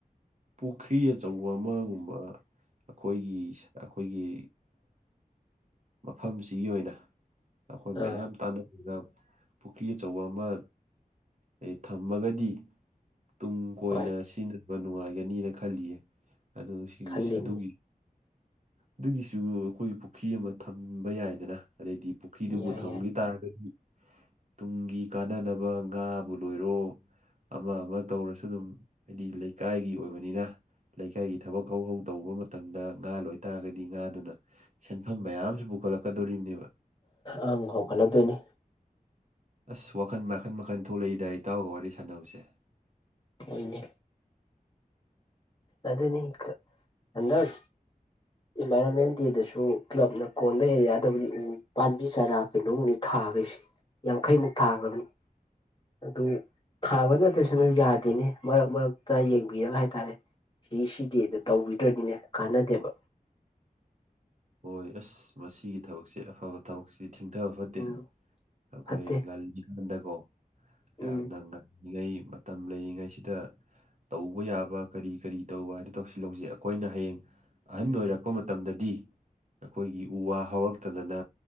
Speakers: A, on the right (about 50°); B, on the left (about 30°).
A: ꯄꯨꯈ꯭ꯔꯤ ꯑꯆꯧꯕ ꯑꯃꯒꯨꯝꯕ ꯑꯩꯈꯣꯏꯒꯤ ꯑꯩꯈꯣꯏꯒꯤ ꯃꯐꯝꯁꯤꯒꯤ ꯑꯣꯏꯅ ꯑꯩꯈꯣꯏ
B: ꯑꯥ
A: ꯃꯌꯥꯝ ꯇꯥꯟꯅꯔꯒ ꯄꯨꯈ꯭ꯔꯤ ꯑꯆꯧꯕ ꯑꯃ ꯑꯩ ꯊꯝꯃꯒꯗꯤ ꯇꯨꯡ ꯀꯣꯏꯅ
B: ꯍꯣꯏ
A: ꯁꯤꯖꯤꯟꯅꯕ ꯅꯨꯡꯉꯥꯏꯒꯅꯤꯅ ꯈꯜꯂꯤꯌꯦ ꯑꯗꯨ
B: ꯈꯜꯂꯤꯕꯅꯤ
A: ꯑꯗꯨꯒꯤ ꯑꯗꯨꯒꯤꯁꯨ ꯑꯩꯈꯣꯏ ꯄꯨꯈ꯭ꯔꯤ ꯑꯃ ꯊꯝꯕ ꯌꯥꯏꯗꯅ ꯑꯗꯩꯗꯤ ꯄꯨꯈ꯭ꯔꯤꯗꯨꯕꯨ
B: ꯌꯥꯏ
A: ꯊꯝꯈꯤ
B: ꯌꯥꯏ
A: ꯇꯥꯔꯒꯗꯤ ꯇꯨꯡꯒꯤ ꯀꯥꯟꯅꯗꯅꯕ ꯉꯥꯕꯨ ꯂꯣꯏꯔꯣ ꯑꯃ ꯑꯃ ꯇꯧꯔꯁꯨ ꯑꯗꯨꯝ ꯍꯥꯏꯗꯤ ꯂꯩꯀꯥꯏꯒꯤ ꯑꯣꯏꯕꯅꯤꯅ ꯂꯩꯀꯥꯏꯒꯤ ꯊꯕꯛ ꯍꯧ ꯍꯧ ꯇꯧꯕ ꯃꯇꯝꯗ ꯉꯥ ꯂꯣꯏꯇꯥꯥꯔꯒꯗꯤ ꯉꯥꯗꯨꯅ ꯁꯦꯟꯐꯝ ꯃꯌꯥꯝꯁꯨ ꯄꯨꯈꯠꯂꯛꯀꯗꯧꯔꯤꯕꯅꯦꯕ
B: ꯑꯪ ꯍꯧꯣꯡꯒꯠꯍꯧꯗꯣꯏꯅꯤ
A: ꯑꯁ ꯋꯥꯈꯟ ꯃꯈꯟ ꯃꯈꯟ ꯊꯣꯛꯂꯛꯏꯗꯥꯏ ꯏꯇꯥꯎꯒ ꯋꯥꯔꯤ ꯁꯥꯟꯅꯕꯁꯦ
B: ꯑꯣꯏꯅꯦ ꯑꯗꯅꯤ ꯀ ꯑꯦ ꯏꯟꯚꯥꯏꯔꯣꯟꯃꯦꯟ ꯗꯦꯗꯁꯨ ꯀ꯭ꯂꯕꯅ ꯀꯣꯟꯕ ꯑꯦꯔꯤꯌꯥꯗꯕꯨꯗꯤ ꯎ ꯄꯥꯝꯕꯤ ꯆꯥꯔꯥ ꯀꯩꯅꯣꯅꯤ ꯊꯥꯈꯩꯁꯦ ꯌꯥꯡꯈꯩꯃꯨꯛ ꯊꯥꯈ꯭ꯔꯕꯅꯤ ꯑꯗꯨ ꯊꯥꯕ ꯅꯠꯇ꯭ꯔꯁꯨꯅ ꯌꯥꯗꯦꯅꯦ ꯃꯔꯛ ꯃꯔꯛꯇ ꯌꯦꯡꯕꯤꯔꯒ ꯍꯥꯏꯇꯥꯔꯦ ꯁꯤ ꯁꯤꯒꯗ ꯇꯧꯕꯤꯗ꯭ꯔꯅꯤꯅꯦ ꯀꯥꯟꯅꯗꯦꯕ
A: ꯍꯣꯏ ꯑꯁ ꯃꯁꯤꯒꯤ ꯊꯕꯛꯁꯦ ꯑꯐꯕ ꯊꯕꯛꯁꯦ ꯗꯤ ꯊꯤꯡꯊꯕ ꯐꯠꯇꯦ
B: ꯎꯝ
A: ꯑꯩꯈꯣꯏ
B: ꯐꯠꯇꯦ
A: ꯉꯜꯂꯤꯀꯥꯟꯗꯀꯣ ꯌꯥꯝꯅ
B: ꯎꯝ
A: ꯉꯩ ꯃꯇꯝ ꯂꯩꯔꯤꯉꯩꯁꯤꯗ ꯇꯧꯕ ꯌꯥꯕ ꯀꯔꯤ ꯀꯔꯤ ꯇꯧꯕ ꯍꯥꯏꯗꯣ ꯇꯧꯁꯤꯜ ꯂꯧꯁꯤꯛ ꯑꯩꯈꯣꯏꯅ ꯍꯌꯦꯡ ꯑꯍꯟ ꯑꯣꯏꯔꯛꯄ ꯃꯇꯝꯗꯗꯤ ꯑꯩꯈꯣꯏꯒꯤ ꯎ ꯋꯥ ꯍꯧꯔꯛꯇꯗꯅ